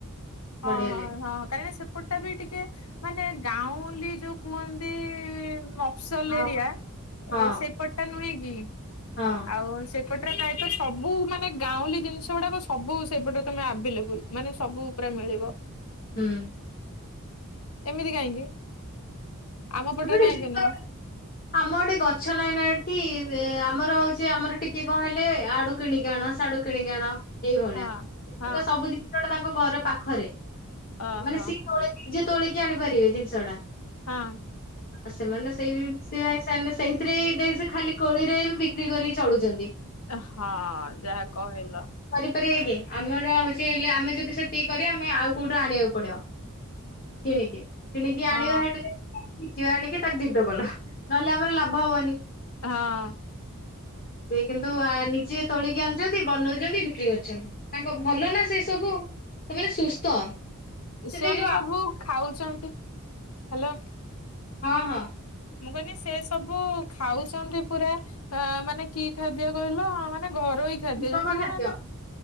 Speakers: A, on the left; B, on the left.
A: ହଁ
B: ବଢିଆ
A: ହଁ
B: ଲାଗେ
A: ହଁ କାହିଁକି ସେପଟ ଟା ବି ଟିକେ ମାନେ ଗାଉଁଲି ଯୋଉ କୁଅନ୍ତି ମ ସଲ୍
B: ହଁ
A: ଏରିଆ
B: ହଁ
A: ସେପଟ ଟା ନୁହେଁ ହି।
B: ହଁ
A: ଆଉ ସେ ସେପଟରେ ପ୍ରାୟତ ସବୁ ମାନେ ଗାଉଁଲି ଜିନ୍ ସ୍ ସେଗୁଡାକ ସବୁ ସେପଟରେ ତମେ ଆଭେଲେବୁଲ ମାନେ ସବୁ ପ୍ରାୟ ମିଳିବ।
B: ହୁଁ।
A: ଏମିତି କାହିଁକି? ଆମପଟରେ
B: ସେପଟେ
A: କାଇଁକି
B: ଜିନିଷ
A: ନୁଅଁ?
B: ଆମ ଆଡ଼େ ଗଛ ନାଇଁ ନା ଏଠି, ଆମର ହଉଛି ଆମର ଟିକେ କଣ ହେଲେ ଆଡୁ କିଣିକି ଆଣ ସାଡୁ କିଣିକି ଆଣ। ଏଇଭଳିଆ
A: ହଁ ହଁ
B: ତ ସବୁ ଜିନିଷ ଟା ତାଙ୍କ ଘର ପାଖରେ।
A: ଓହୋ
B: ମାନେ ସି <inaudible> ଯେ ତୋଳିକି ଆଣିପାରିବେ ଜିନିଷ ଟା।
A: ହଁ।
B: ଆ ସେମାନେ ସେଇ ସିଆଇସ୍ୟାନେ ସେହିଥିରେ ହି ଦେଇ ସେ ଖାଲି କୋଳିରେ ବି ବିକ୍ରି କରି ଚଳୁଛନ୍ତି।
A: ହଁ ଯାହା କହିଲ।
B: କରିବା କି ଆମର ହଉଛି ହେଲେ ଆମେ ଯଦି ସେତିକି କରିବା ଆମେ ଆଉ କୋଉଠୁ ଆଣିବାକୁ ପଡିବ କିଣିକି। କିଣିକି
A: ହଁ
B: ଆଣିବା ହେଟୁ ଯେ <inaudible> ଯେ ଆଣିକି ତା ଦି ଡବଲ। ନହେଲେ ଆମର ଲାଭ ହବନି।
A: ହଁ।
B: ସେ କିନ୍ତୁ ଆ ନିଜେ ତୋଳିକି ଆଣୁଛନ୍ତି, ବନଉଛନ୍ତି, ବିକ୍ରି କରୁଛନ୍ତି। ତାଙ୍କ ଭଲ ନା ସେ ସବୁ ସେମାନେ ସୁସ୍ଥ। ସେଠି
A: ସେମାନେ
B: ଯୋଉ
A: ସବୁ ଖାଉଛନ୍ତି। ହାଲୋ।
B: ହଁ ହଁ।
A: ମୁଁ କହିଲି ସେ ସବୁ ଖାଉଛନ୍ତି ପୁରା ଅଁ ମାନେ କି ଖାଦ୍ୟ କହିଲ ମାନେ ଘରୋଇ ଖାଦ୍ୟ
B: ସୁଷମ
A: ଯେମିତି
B: ଖାଦ୍ୟ।
A: ମାନେ